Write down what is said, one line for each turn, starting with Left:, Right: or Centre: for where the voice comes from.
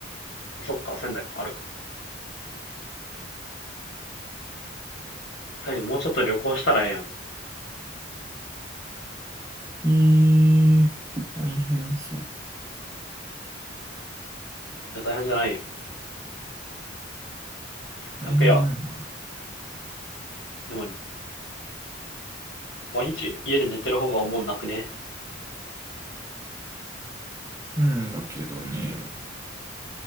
Left: あ、そっか、仙台か、あるか。単にもうちょっと旅行したらええやん。い
Right: えー、大変そう。
Left: や、大変じゃないよ。
Right: 大変じゃないな。
Left: 楽やわ。でも、毎日家で寝てる方がおもんなくね。
Right: うんだけどね。